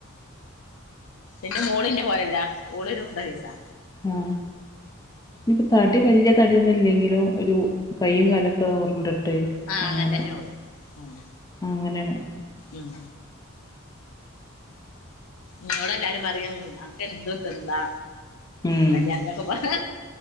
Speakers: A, on the left (about 80°); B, on the left (about 15°).
A: എന്റെ മോളിന്റെ പോലെല്ലാ ഓളൊരു ഉര്ണ്ട സൈസാ
B: ആഹ ഇനിപ്പോ തടി വലിയ തടിയൊന്നും ഇല്ലെങ്കിലുംഒരു കൈയും കാലൊക്കെ ഉറിണ്ടിട്ട്
A: ആഹ്
B: അങ്ങനെ
A: തന്നെ ഓള് ഉം
B: അങ്ങനെയാണ്.
A: ഉം നോടെ എല്ലാരും പറയാ അനക്കെന്തും തിന്ന
B: ഉം
A: കല്യാണത്തിന പോവ